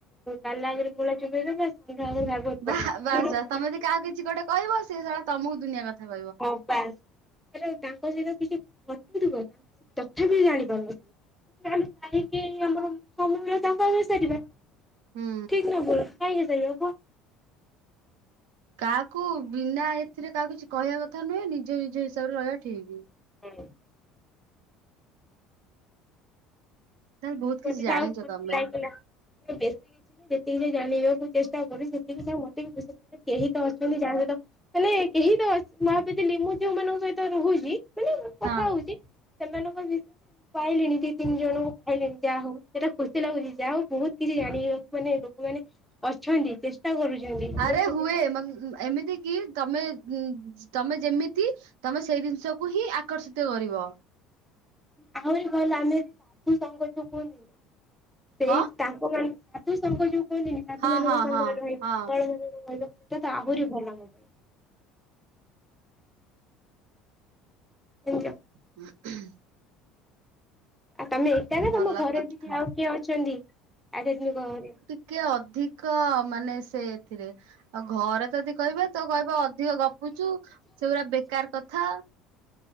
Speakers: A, in the centre; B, on the right.
A: କାଲା ଆଗରେ ମୂଳା ଚୋବେଇଦବା, ଷଣ୍ଢ ଆଗରେ ଭାଗବତ୍
B: ବା
A: ପଢ଼ିବା
B: ବାସ୍
A: ଯୋଉଟା
B: ବାସ୍
A: କୁହନ୍ତି।
B: ତମେ ଯଦି କାହାକୁ କିଛି ଗୋଟେ କହିବ, ସେ ଶଳା ତମକୁ ଦୁିନିଆ କଥା କ
A: ହଁ ବାସ୍, ହେଲେ ତାଙ୍କ ସହିତ କିଛି ଘଟୁଥୁବ। ତାଙ୍କୁ ତଥାପି ଜାଣି ପାରୁନଥିବ। ତା, ହେଲେ କାହିଁକି ଆମର ସମୟରା, ତାଙ୍କ ଆଗରେ ସାରିବା?
B: ହୁଁ।
A: ଠିକ୍ ନା ଭୁଲ୍ କାଇଁହେଇପାରିବ କୁହ?
B: କାହାକୁ ବିନା ଏଥିରେ କାହାକୁ କିଛି କହିଆ କଥା ନୁହେଁ। ନିଜେ ନିଜ ହିସାବରେ ରହିବା ଠିକ୍।
A: ହଁ।
B: ତାହେଲେ ବହୁତ
A: ମୋତେ
B: କିଛି ଜାଣିଛ
A: ଯାହା ହଉ ଖୁସି
B: ତମେ
A: ଲାଗିଲା। ମୁଁ ବେଶୀ ଯେତିକି ଯାଏ ଜାଣିବାକୁ ଚେଷ୍ଟା କରୁଛି, ସେତିକି ସେ ମତେ ବି ପଇସା <inaudible> କେହି ତ ଅଛନ୍ତି, ଯାହା ସହିତ। ହେଲେ କେହି ତ ଅଛ୍ ମୁଁ ଭାବିଥିଲି, ମୁଁ ଯେଉଁ ମାନଙ୍କ ସହିତ ରହୁଚି ମାନେ କଥା
B: ହଁ।
A: ହଉଛି, ସେମାନଙ୍କ ବିଷ୍ ପାଇଲିଣି ଦି ତିନି ଜଣଙ୍କୁ ପାଇଲିଣି। ଯାହା ହଉ ସେଟା ଖୁସି ଲାଗୁଚି, ଯାହା ହଉ ବହୁତ କିଛି ଜାଣି ବାକୁ ମାନେ ଲୋକମାନେ ଅଛନ୍ତି। ଚେଷ୍ କ୍ଷା କରୁଛନ୍ତି,
B: ଆରେ
A: ବେଶୀତିକ
B: ହୁଏ ମା- ଏମିତି କି ତମେ ଉଁ ତମେ ଯେମିତି, ତମେ ସେଇ ଜିନିଷକୁ ହିଁ ଆକର୍ଷିତ କରିବ।
A: ଆହୁରି ଭଲ, ଆମେ ଯଦି ସାଧୁସଙ୍ଗ ଯଉ କୁହନ୍ତିିନି, ସେଇ
B: କଣ
A: ତାଙ୍କ ମାନ ସାଧୁ ସଂଙ୍ଗ ଯୋଉ କୁହନ୍ତିନି, ସାଧୁ
B: ହଁ
A: ମାନଙ୍କ
B: ହଁ
A: ସଂଙ୍ଗରେ
B: ହଁ
A: ରହିବ,
B: ହଁ
A: ତଳ ମାନଙ୍କ ରେ ରହିବ। ଏଇଟା ତ ଆହୁରି ଭଲ ମୋ ପାଇଁ। ଆଜ୍ଞା।
B: <inaudible>
A: ଆଉ, ତମେ ଏକା ନା
B: ଭଲ
A: ତମ ଘରେ
B: କଥା
A: ବି ଆଉ କିଏ ଅଛନ୍ତି, ଆଧ୍ୟାତ୍ମିକଅରେ?
B: କିଏ ଅଧିକ ମାନେ ସେ ଏଥିରେ। ଆଉ ଘରେ ଯଦି କହିବେ ତ କହିବ ଅଧିକ ଗପୁଛୁ, ସେଗୁରା ବେକାର କଥା।